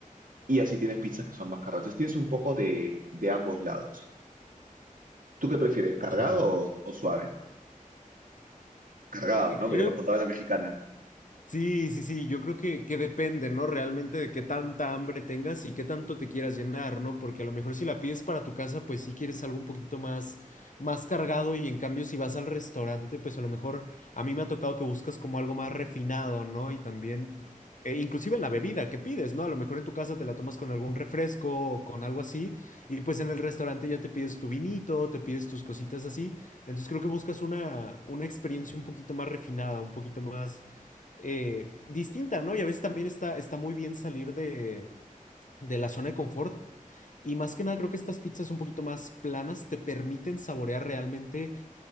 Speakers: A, on the right (about 70°); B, on the left (about 65°).
A: y así tienes pizzas que son más cargadas. Entonces tienes un poco de, de ambos lados. ¿Tú qué prefieres, cargado
B: Ya.
A: o, o suave? Cargado,
B: Y
A: ¿no?
B: Creo,
A: Porque ya me has contado la mexicana.
B: Sí, sí, sí, yo creo que, que depende, ¿no? Realmente de qué tanta hambre tengas y qué tanto te quieras llenar, ¿no? Porque a lo mejor si la pides para tu casa, pues sí quieres algo un poquito más, más cargado y en cambio si vas al restaurante, pues a lo mejor a mí me ha tocado que buscas como algo más refinado, ¿no? Y también, eh, inclusive en la bebida que pides, ¿no? A lo mejor en tu casa te la tomas con algún refresco o con algo así y pues en el restaurante ya te pides tu vinito, te pides tus cositas así. Entonces creo que buscas una, una experiencia un poquito más refinada, un poquito más eh, distinta, ¿no? Y a veces también está, está muy bien salir de, de la zona de confort. Y más que nada, creo que estas pizzas un poquito más planas te permiten saborear realmente